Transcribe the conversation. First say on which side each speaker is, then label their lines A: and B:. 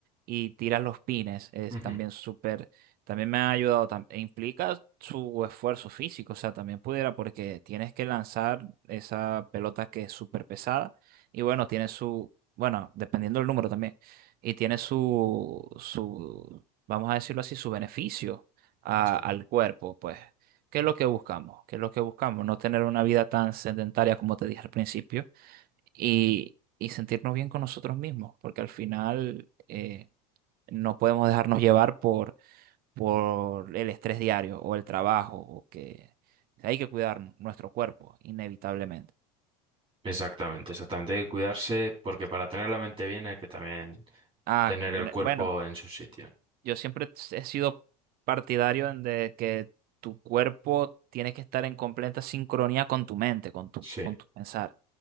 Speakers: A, on the right; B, on the right.
A: y tiras los pines, es
B: Ujú.
A: también súper, también me ha ayudado, tam- e implica su esfuerzo físico, o sea, también pudiera, porque tienes que lanzar esa pelota que es súper pesada, y bueno, tiene su, bueno, dependiendo del número también, y tiene su, su, vamos a decirlo así, su beneficio a-
B: Sí.
A: al cuerpo, pues. ¿Qué es lo que buscamos? ¿Qué es lo que buscamos? No tener una vida tan sedentaria como te dije al principio y, y sentirnos bien con nosotros mismos, porque al final eh, no podemos dejarnos llevar por, por el estrés diario o el trabajo, o que hay que cuidar nuestro cuerpo, inevitablemente.
B: Exactamente, exactamente. Hay que cuidarse porque para tener la mente bien hay que también
A: Ah,
B: tener
A: bueno,
B: el cuerpo
A: bueno,
B: en su sitio.
A: yo siempre he sido partidario en de que tu cuerpo tiene que estar en completa sincronía con tu mente, con tu,
B: Sí,
A: con tu pensar.